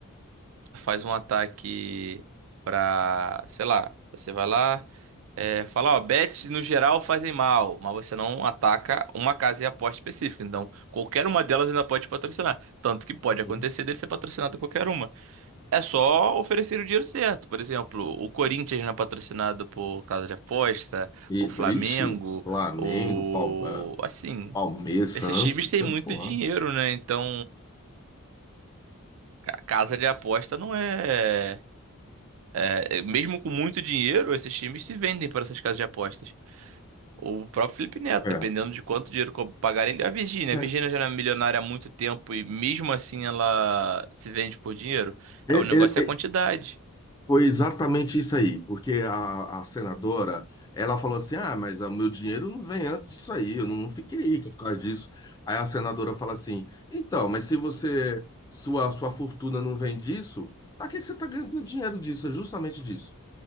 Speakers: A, on the right; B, on the left.
A: faz um ataque pra, sei lá, você vai lá, é, fala, ó, bets no geral fazem mal, mas você não ataca uma casa e aposta específica. Então, qualquer uma delas ainda pode te patrocinar. Tanto que pode
B: Uhum.
A: acontecer dele ser patrocinado por qualquer uma. É só oferecer o dinheiro certo. Por exemplo, o Corinthians não é patrocinado por casa de aposta,
B: E,
A: o
B: então,
A: Flamengo,
B: ixi, Flamengo,
A: o...
B: Pal- eh,
A: Assim,
B: Palmeiras, Santos,
A: esses times têm
B: sei
A: muito
B: lá.
A: dinheiro, né? Então, ca- casa de aposta não é. É, é, mesmo com muito dinheiro, esses times se vendem por essas casas de apostas. O próprio Felipe Neto,
B: É,
A: dependendo de quanto dinheiro co- pagar ele, a Virgínia.
B: é.
A: A Virgínia já era milionária há muito tempo e mesmo assim ela se vende por dinheiro.
B: É,
A: É,
B: é,
A: o negócio é a
B: é,
A: quantidade.
B: foi exatamente isso aí, porque a, a senadora, ela falou assim, ah, mas o meu dinheiro não vem antes disso aí, eu não fiquei rica por causa disso. Aí a senadora fala assim, então, mas se você, sua, sua fortuna não vem disso, pra que que você tá ganhando dinheiro disso? É justamente disso,